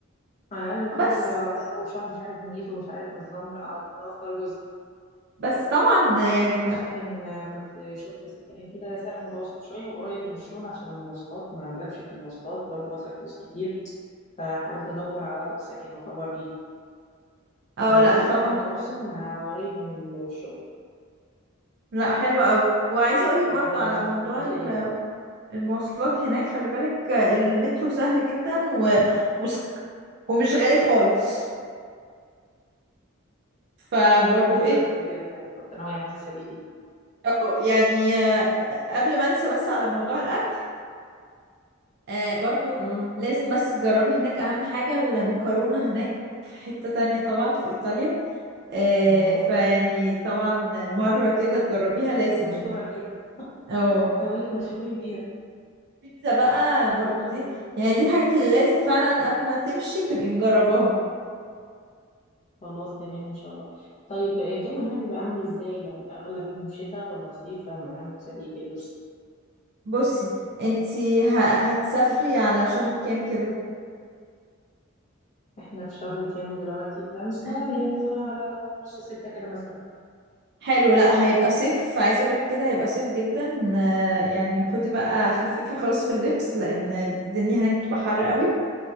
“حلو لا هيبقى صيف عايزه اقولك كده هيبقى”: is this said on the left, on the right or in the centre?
Right